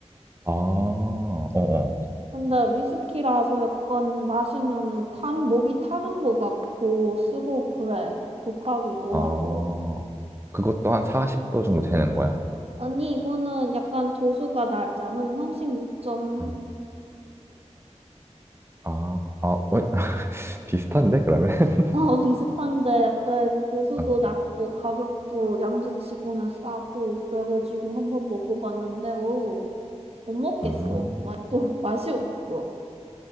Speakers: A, on the right; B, on the right.
A: 아, 어, 어.
B: 근데 위스키라서 약간 마시면은 탄, 목이 타는 것 같고, 쓰고 그래. 독하기도
A: 아,
B: 하고.
A: 그것도 한 40도 정도 되는 거야?
B: 아니, 이거는 약간 도수가 낮아. 한 36.5도?
A: 응. 아, 그, 아, 어, <laughs> 비슷한데, 그러면? <laughs>
B: 어, 비슷한데 약간 도수도
A: 아,
B: 낮고 가격도 양주치고는 싸고 그래가지고 한번 먹어봤는데 어우 못 먹겠어.
A: 음,
B: 맛도 <laughs> 맛이 없어.